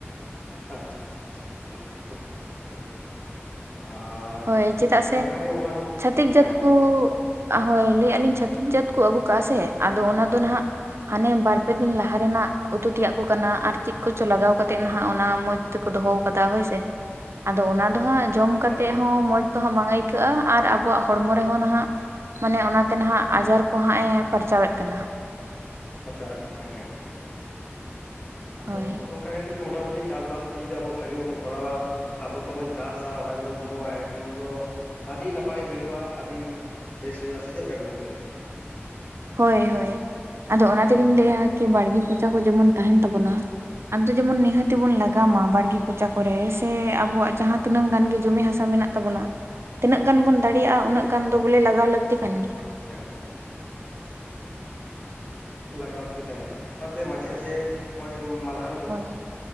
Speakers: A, on the left; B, on the right.
A: ᱟᱪᱷᱟ ᱟᱪᱷᱟ ᱪᱷᱟᱪᱷᱟ ᱠᱷᱩᱵ ᱵᱷᱟᱜᱮ ᱠᱷᱩᱵ ᱵᱷᱟᱜᱮ <unintelligible>
B: ᱦᱳᱭ ᱪᱮᱫᱟᱜ ᱥᱮ
A: ᱱᱚᱝᱠᱟ ᱜᱮ ᱢᱚᱴᱟᱢᱩᱴᱤ
B: ᱪᱷᱟᱛᱤᱠ ᱡᱟᱹᱛ
A: ᱦᱮᱸ
B: ᱠᱩᱻ
A: ᱦᱮᱸ
B: ᱦᱳᱭ ᱞᱟᱹᱭᱮᱜ-ᱟ ᱞᱤᱧ ᱪᱷᱟᱹᱛᱤᱠ ᱡᱟᱹᱛ ᱠᱚ ᱟᱹᱜᱩ ᱠᱟᱜ-ᱟ ᱥᱮ ᱟᱫᱚ ᱚᱱᱟ ᱫᱚ ᱱᱟᱦᱱᱟᱜ ᱦᱟᱱᱮ ᱵᱟᱨ ᱯᱮ ᱫᱤᱱ ᱞᱟᱦᱟ ᱨᱮᱱᱟᱜ ᱩᱛᱩ ᱛᱮᱭᱟᱜ ᱠᱚ ᱠᱟᱱᱟ ᱟᱨ ᱪᱮᱫ ᱠᱚᱪᱚ ᱞᱟᱜᱟᱣ ᱠᱟᱛᱮᱜ ᱱᱟᱦᱟᱜ ᱚᱱᱟ ᱢᱚᱸᱡᱽ <unintelligible> ᱛᱮᱠᱚ ᱫᱚᱦᱚ ᱟᱠᱟᱫᱟ ᱦᱳᱭᱥᱮ ᱟᱫᱚ ᱚᱱᱟ ᱫᱚ ᱦᱟᱸᱜ ᱡᱚᱢ
A: ᱮᱠᱟᱞ
B: ᱠᱟᱛᱮ
A: ᱜᱮ ᱮᱠᱟᱞ
B: ᱦᱚᱸ
A: ᱜᱮ
B: ᱢᱚᱡᱽ ᱫᱚ ᱦᱟᱸᱜ ᱵᱟᱝ ᱟᱹᱭᱠᱟᱹᱜ-ᱟ ᱟᱨ ᱟᱵᱚᱣᱟᱜ ᱦᱚᱲᱢᱚ ᱨᱮᱦᱚᱸ ᱱᱷᱟᱸᱜ ᱢᱟᱱᱮ ᱚᱱᱟᱛᱮ ᱱᱟᱦᱟᱜ ᱟᱡᱟᱨ ᱠᱚᱦᱟᱸᱜ ᱮ ᱯᱟᱨᱪᱟᱣᱮᱫ ᱠᱟᱱᱟ
A: ᱯᱟᱨᱪᱟᱣᱮᱫ ᱠᱟᱱᱟᱭ ᱦᱮᱸ ᱦᱮᱸ ᱟᱫᱚ
B: ᱦᱳᱭ
A: ᱱᱚᱜ-ᱚ ᱱᱚᱝᱠᱟ <unintelligible> <inaudible> <unintelligible> ᱢᱚᱴᱟᱩᱴᱤ ᱪᱟᱥᱵᱟᱥ ᱠᱚ ᱡᱩᱫᱤ ᱟᱵᱚ ᱵᱷᱟᱜᱮ ᱵᱚᱱ ᱠᱚᱨᱟᱣᱟ <unintelligible> ᱾ ᱟᱵᱚ ᱛᱮᱵᱚᱱ ᱪᱟᱥᱟ ᱚᱱᱟ ᱜᱮᱵᱚᱱ ᱡᱚᱢᱟ <unintelligible> ᱠᱷᱟᱱ ᱫᱚ ᱟᱹᱰᱤ ᱱᱟᱯᱟᱭ ᱦᱩᱭᱩᱜ-ᱟ ᱟᱹᱰᱤ ᱵᱮᱥ ᱦᱩᱭᱩᱜ-ᱟ ᱥᱮ ᱪᱮᱜ ᱞᱮᱠᱟ ᱵᱮᱱ ᱩᱭᱦᱟᱹᱨᱮᱜ-ᱟ
B: ᱦᱳᱭ ᱦᱳᱭ ᱟᱫᱚ ᱚᱱᱟ ᱛᱮᱞᱤᱧ ᱞᱟᱹᱭᱟ ᱠᱤ ᱵᱟᱲᱜᱮ ᱠᱚᱪᱟ ᱠᱚ ᱡᱮᱢᱚᱱ ᱛᱟᱦᱮᱸᱱ ᱛᱟᱵᱚᱱᱟ ᱟᱫᱚ ᱡᱮᱢᱚᱱ ᱱᱤᱦᱟᱹᱛᱤ ᱵᱚᱱ ᱞᱟᱜᱟᱣ ᱢᱟ ᱵᱟᱲᱜᱮ ᱠᱚᱪᱟ ᱠᱚᱨᱮ ᱥᱮ ᱟᱵᱚᱣᱟᱜ ᱡᱟᱦᱟᱸ ᱛᱤᱱᱟᱹᱜ ᱜᱟᱱ ᱜᱮ ᱡᱚᱢᱤ ᱦᱟᱥᱟ ᱢᱮᱱᱟᱜ <unintelligible> <unintelligible> ᱛᱤᱱᱟᱹᱜ ᱜᱟᱱ ᱵᱚᱱ ᱫᱟᱲᱮᱭᱟᱜ-ᱟ ᱩᱱᱟᱹᱜ ᱜᱟᱱ ᱫᱚ ᱵᱚᱞᱮ ᱞᱟᱜᱟᱣ ᱞᱟᱹᱠᱛᱤ ᱠᱟᱱ ᱜᱮᱭᱟ
A: ᱦᱮᱸ ᱦᱮᱸ ᱞᱟᱜᱟᱣ ᱞᱟᱹᱠᱛᱤ ᱠᱟᱱ ᱜᱮᱭᱟ ᱚᱱᱟᱛᱮ ᱢᱟᱡᱷᱮ ᱢᱟᱡᱷᱮ ᱚᱸᱜ-ᱚᱭ ᱢᱟᱞᱦᱟᱱ
B: ᱦᱳᱭ